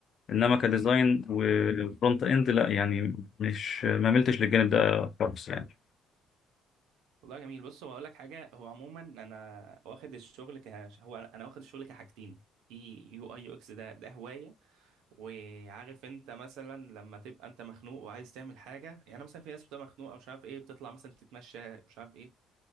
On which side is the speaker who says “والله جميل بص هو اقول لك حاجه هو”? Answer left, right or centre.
Right